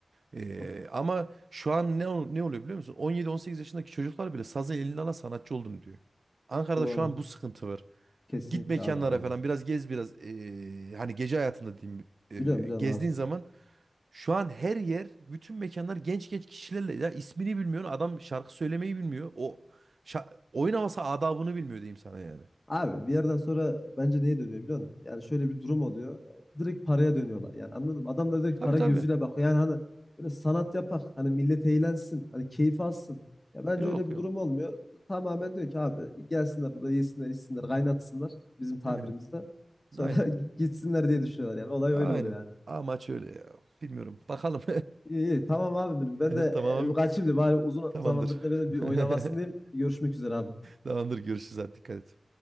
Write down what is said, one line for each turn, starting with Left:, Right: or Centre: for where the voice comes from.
Right: E,
Left: Bak,
Right: ama şu an ne ol- ne oluyor biliyor musun? on yedi on sekiz yaşındaki çocuklar bile sazı eline alan sanatçı oldum diyor. Ankara'da
Left: doğru
Right: şu an bu sıkıntı var.
Left: kesinlikle
Right: Git mekanlara
Left: abi aynen
Right: falan biraz gez biraz e, hani gece hayatında diyeyim e,
Left: biliyorum biliyorum
Right: gezdiğin
Left: abi
Right: zaman şu an her yer bütün mekanlar genç genç kişilerle ya ismini bilmiyor adam şarkı söylemeyi bilmiyor. O şa- oyun havası adabını bilmiyor diyeyim sana yani.
Left: Abi bir yerden sonra bence neye dönüyor biliyor musun? Yani şöyle bir durum oluyor. E, Direkt paraya dönüyorlar. Yani anladın mı? Adam da direkt
Right: Tabii
Left: para
Right: tabii.
Left: gözüyle bakıyor. Yani hani böyle sanat yapak. Hani millet eğlensin. Hani keyif alsın. Ya bence
Right: Yok
Left: öyle bir
Right: yok.
Left: durum olmuyor. Tamamen diyor ki abi gelsinler burada yesinler içsinler kaynatsınlar bizim tabirimizde.
Right: Aynen.
Left: Sonra
Right: Aynen.
Left: <laughs> gitsinler diye düşünüyorlar yani. Olay
Right: Aynen.
Left: öyle oluyor yani.
Right: Amaç öyle ya. Bilmiyorum. Bakalım.
Left: İyi, iyi. tamam abi benim. Ben
Right: <laughs>
Left: de
Right: Tamam.
Left: e, kaçayım da bari uzun
Right: Tamamdır.
Left: zamandır da benim
Right: <laughs>
Left: bir oyun havasındayım. Görüşmek üzere abi.
Right: Tamamdır. Görüşürüz. Hadi dikkat et.